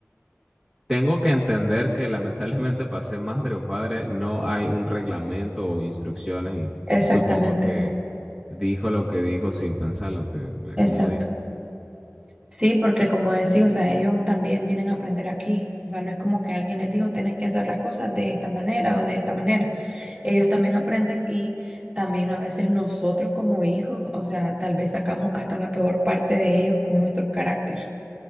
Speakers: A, in the centre; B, on the right.
A: Tengo que entender que lamentablemente para ser madre o padre no hay un reglamento o instrucciones y
B: exactamente,
A: supongo que dijo lo que dijo sin pensarlo, te- eh,
B: exacto.
A: como dice.
B: Sí, porque como decía, o sea, ellos también vienen a aprender aquí. O sea, no es como que alguien les dijo, tenés que hacer las cosas de esta manera o de esta manera. Ellos también aprenden y también a veces nosotros como hijos, o sea, tal vez sacamos hasta la peor parte de ellos con nuestros caracteres.